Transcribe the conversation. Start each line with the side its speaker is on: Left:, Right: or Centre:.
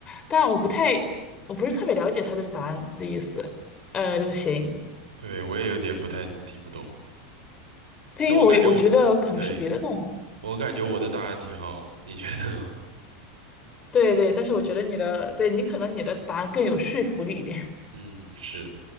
Left: 但我不太，我不是特别了解它这个答案的意思，呃，这个谐音。
Right: 对，我也有点不太听不懂，
Left: 对，
Right: 但我感觉我，
Left: 因为我我觉得可能是别的动物。
Right: 对，我感觉我的答案挺好，你觉得呢？
Left: 对对，但是我觉得你的，对你可能你的答案更有说服力一点。
Right: 嗯，是，